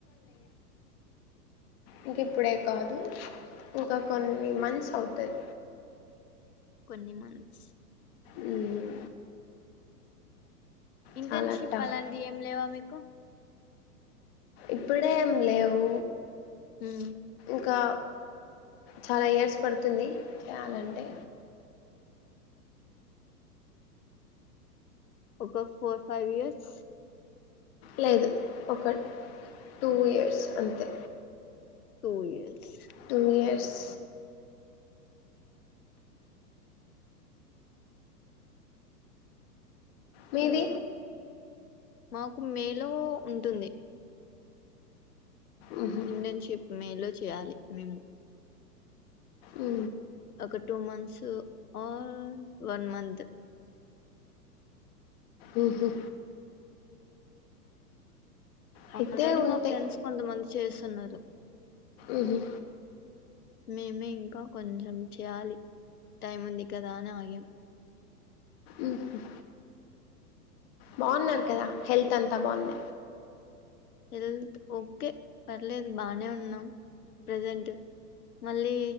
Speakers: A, on the left (about 40°); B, on the left (about 65°).
A: ఇంకి ఇప్పుడే కాదు ఇంకా కొన్ని మన్స్స్ అవుతాయి
B: కొన్ని మన్స్
A: మ్మ్.
B: ఇంటర్న్షిప్
A: చాలా టఫ్
B: అలాంటి ఏమ్ లేవా మీకు
A: ఇప్పుడే ఏమ్ లేవు
B: మ్మ్
A: ఇంకా చాలా ఇయర్స్ పడుతుఉంది త్యాల్ అంటే
B: ఒక ఫోర్ ఫైవ్ ఇయర్స్
A: లేదు ఒక టూ ఇయర్స్ అంతే
B: two years
A: two years మీది
B: two మాకు మే లో ఉంటుఉంది
A: మ్హూ.
B: ఇంటర్న్షిప్ మె లో చేయాలి మ్
A: ఉ
B: ఒక two months or one month
A: ఉ హు అయితే
B: ఆల్రెడీ
A: ఉంటాయి
B: మా ఫ్రెండ్స్ కొంతమంది చేస్తన్నారు.
A: ఉహు
B: మేమే ఇంకా కొంచెం చేయాలి టైమ్ ఉంది కదా అని ఆగ్యం.
A: ఉ హు బాగున్నారు కదా హెల్త్ అంతా బాగుంద
B: హెల్త్ ఓకే పర్లేదు బానే ఉన్నాం ప్రజెంట్ మళ్ళీ